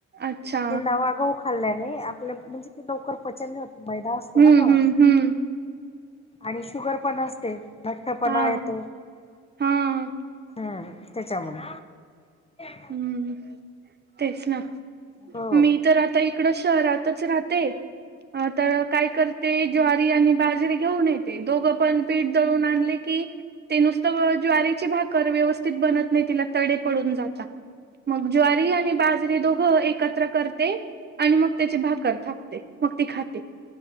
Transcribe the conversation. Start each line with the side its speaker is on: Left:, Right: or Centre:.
Right: अच्छा
Left: ते नवा गहू खाल्ल्याने, आपलं म्हणजे ते लवकर पचन नाही होत, मैदा असतो
Right: हम्म
Left: ना घवत.
Right: हम्म हम्म
Left: आणि, शुगर पण असते. लठ्ठपणा
Right: हा
Left: येतो,
Right: हा
Left: हम्म, त्याच्यामुळे. <inaudible>
Right: हम्म, तेच ना
Left: हो.
Right: मीतर आता, इकडं शहरातच राहते. अ तर काय कर ते, ज्वारी आणि बाजरीे घेऊन येते, दोघं पण पीठ दळून आणले की ते, नुसतं ज्वारीची भाकर, व्यवस्थित बनत नाही, तिला तडे पडून जाता. मग, ज्वारी
Left: हो.
Right: आणि बाज री, दोघ एकत्र करते, आणि मग त्याची भाकर थापते, मग ती खाते.